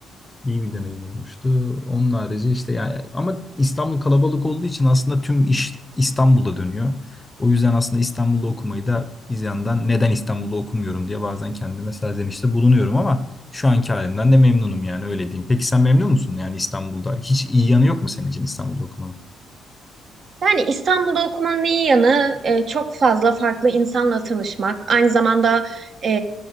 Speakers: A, on the left; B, on the right.
A: İyi bir deneyim olmuştu. Onun harici işte yani ama İstanbul kalabalık olduğu için aslında tüm iş İstanbul'da dönüyor. O yüzden aslında İstanbul'da okumayı da bir yandan neden İstanbul'da okumuyorum diye bazen kendime serzenişte bulunuyorum ama şu anki halimden de memnunum yani öyle diyeyim. Peki sen memnun musun yani İstanbul'da? Hiç iyi yanı yok mu senin için İstanbul'da okumanın?
B: Yani İstanbul'da okumanın iyi yanı e, çok fazla farklı insanla tanışmak, aynı zamanda e,